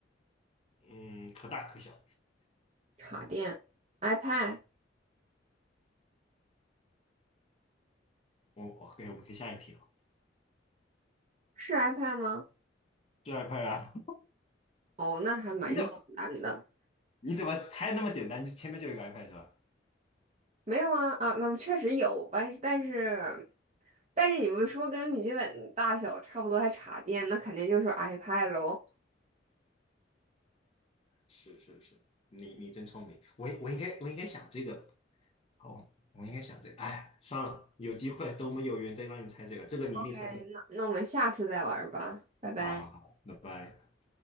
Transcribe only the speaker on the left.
嗯，可大可小。
我我可以我们可以下一题了，
是 iPad 啊？<laughs>
你怎么你怎么猜那么简单？就前面就有一个 iPad 是吧？
是是是，你你真聪明，我我应该我应该想这个，好，我应该想这个，哎，算了，有机会等我们有缘再让你猜这个，这个你一定猜不到。
好好好，拜拜。